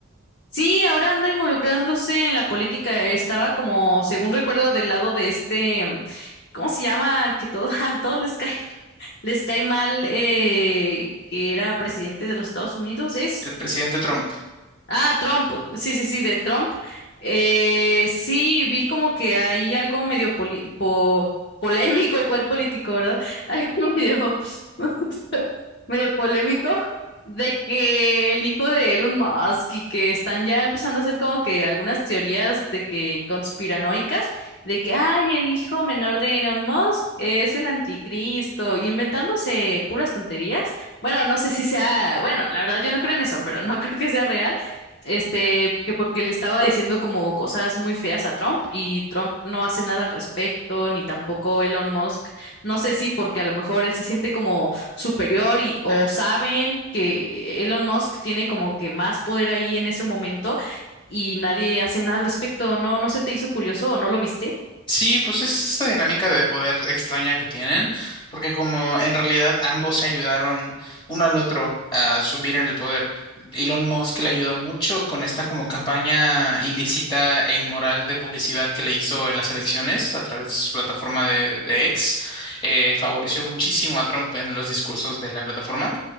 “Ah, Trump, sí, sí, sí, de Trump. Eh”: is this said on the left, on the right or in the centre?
Left